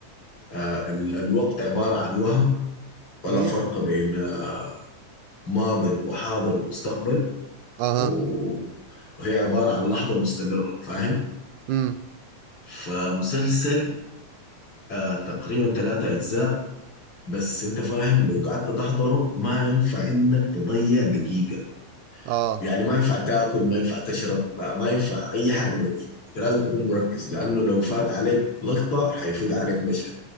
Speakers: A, on the left (about 45°); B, on the right (about 80°).
A: آه، ال- الوقت عباره عن وهم ولا
B: امم
A: فرق بين آه، ماض وحاضر ومستقبل
B: اها
A: و- وهي عباره عن لحظه مستمره فاهم
B: امم
A: فمسلسل آه، تقريبا ثلاثة أجزاء بس أنت فاهم لو قعدت تحضره ما ينفع إنك تضيع دقيقة
B: اه
A: يعني ما ينفع تاكل ما ينفع تشرب ما ما ينفع اي حاجه ما ينفع انت لازم تكون مركز لانه لو فات عليك لقطه حيفوت عليك مشهد